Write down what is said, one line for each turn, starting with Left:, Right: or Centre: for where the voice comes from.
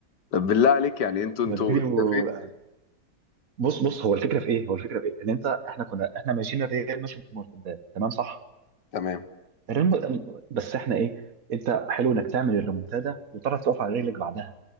Left: طب بالله عليك يعني انتوا انتوا
Right: مدريدي
Left: اتدفيتوا
Right: والاهلي بص بص هو الفكره في ايه هو الفكره في ايه ان انت احنا كنا احنا ماشيين الريال ماشي بمرتدات تمام صح
Left: تمام
Right: الريال م- بس احنا ايه انت حلو انك تعمل الريمونتادا وتعرف تقف على رجلك بعدها